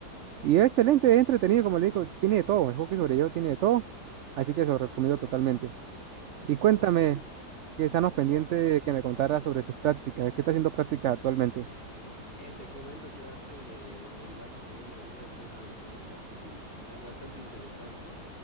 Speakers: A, on the right; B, on the left.
A: Y es excelente, es entretenido, como le digo, tiene de todo. El hockey sobre hielo tiene de todo. Así que se lo recomiendo totalmente. Y cuéntame,
B: No, sí,
A: que estamos pendientes
B: wow.
A: de que me contara sobre sus prácticas. ¿Qué está haciendo prácticas actualmente?
B: Eh, te comento que va a ser eh, en market, bueno, en una empresa de, de marketing digital bastante interesante.